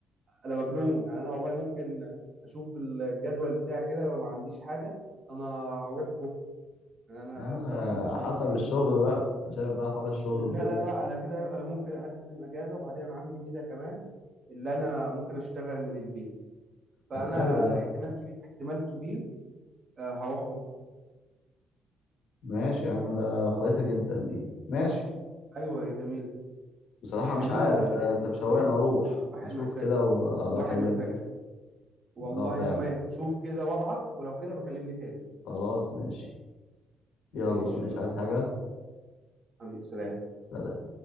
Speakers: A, on the right; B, on the left.
A: انا مجنون يعني انا والله ممكن اشوف الجدول بتاعي كده لو ما عنديش حاجه انا هروح بكره يعني انا
B: يا عم
A: الصراحه
B: آه،
A: انت شوقتني
B: حسب الشغل بقى انت شايف بقى حوار الشغل
A: لا
B: وكده
A: لا لا انا كده انا ممكن اقدم اجازه وبعدين انا عندي ميزه كمان اللي انا ممكن اشتغل من البيت فانا
B: طب حلو ده
A: احتمال كبير احتمال كبير آه، هروح بكره
B: ماشي يا عم ده كويسة جدا دي ماشي
A: ايوه يا جميل
B: بصراحة
A: هي
B: مش
A: جميله
B: عارف
A: والله
B: آه،
A: لان
B: انت مشوقني
A: الواحد
B: اروح
A: الواحد
B: اشوف
A: محتاج
B: كده وبكلمك
A: الواحد محتاج والله
B: اه فعلا
A: تمام شوف كده وضعك ولو كده بكلمني تاني
B: خلاص ماشي يلا
A: ماشي
B: ماشي
A: يلا
B: عايز حاجة
A: حبيبي سلام
B: سلام